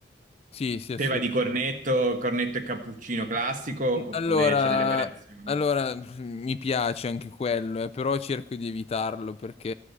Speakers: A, on the left (about 35°); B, on the right (about 45°).
A: Sì, sì, assolutamente.
B: Te vai di cornetto, cornetto e cappuccino classico oppure
A: Allora,
B: c'è delle variazioni?
A: allora, mi piace anche quello, eh, però cerco di evitarlo perché